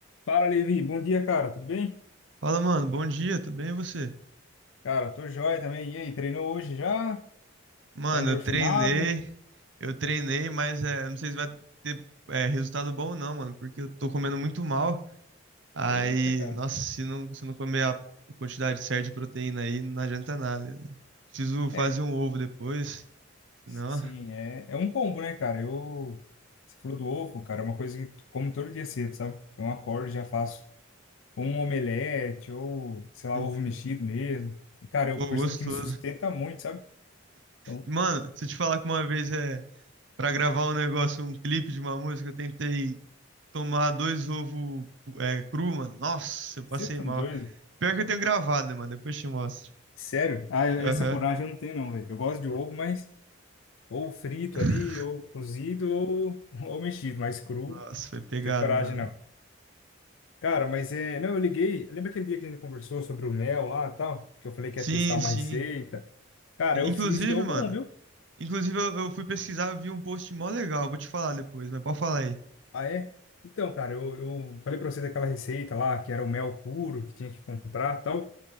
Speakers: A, on the left; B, on the right.
A: Fala, Levi. Bom dia, cara. Tudo bem?
B: Fala, mano, bom dia, tudo bem e você?
A: Cara, tô joia também. E aí, treinou hoje já?
B: Mano,
A: Tá endorfinado?
B: eu treinei, eu treinei, mas é, não sei se vai ter é, resultado bom ou não, mano, porque eu tô comendo muito mal. Aí,
A: Eita, cara.
B: nossa, se não, se não comer a quantidade certa de proteína aí, não adianta nada. né? Preciso fazer
A: É,
B: um ovo depois, senão.
A: sim, é, é um combo, né, cara? Eu. Você falou do ovo, cara, é uma coisa que tu como todo dia cedo, sabe? Então, Eu acordo e já faço um omelete ou, sei lá,
B: Uhum.
A: ovo mexido mesmo. E, cara, eu
B: Pô,
A: percebo
B: gostoso.
A: que me sustenta muito, sabe? Então,
B: Mano, se eu te falar que uma vez é pra gravar um negócio, um clipe de uma música, eu tentei tomar dois ovos é, cru, mano. Nossa, eu
A: você
B: passei
A: tá
B: mal.
A: doido?
B: Pior que eu tenho gravado, mano. Depois eu te mostro.
A: Sério? Ah, eu-
B: Aham.
A: essa coragem eu não tenho, não, velho. Eu gosto de ovo, mas. Ou frito
B: <laughs>
A: ali, ou cozido, ou, <laughs> ou mexido, mas cru.
B: Nossa, foi pegado,
A: Ter coragem,
B: mano.
A: não. Cara, mas é. Não, eu liguei. Lembra aquele dia que a gente conversou sobre o mel lá e tal? Que eu falei que
B: Sim,
A: ia testar uma
B: sim.
A: receita. Cara,
B: Inclusive,
A: eu fiz e deu bom,
B: mano.
A: viu?
B: Inclusive, eu, eu fui pesquisar, eu vi um post mó legal. Vou te falar depois, mas pode falar aí.
A: Ah, é? Então, cara, eu, eu falei pra você daquela receita lá, que era o mel puro, que tinha que comprar e tal.